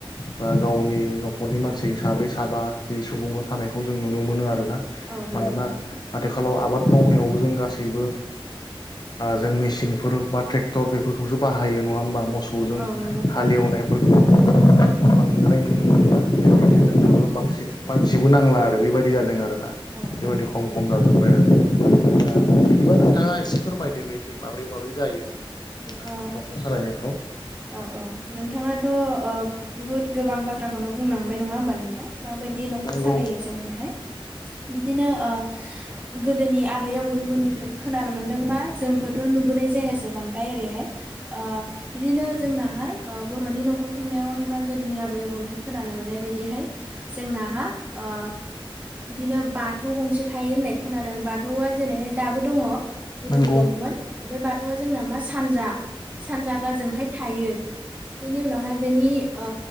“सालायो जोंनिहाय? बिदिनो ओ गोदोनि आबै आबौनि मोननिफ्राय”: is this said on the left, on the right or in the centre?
Right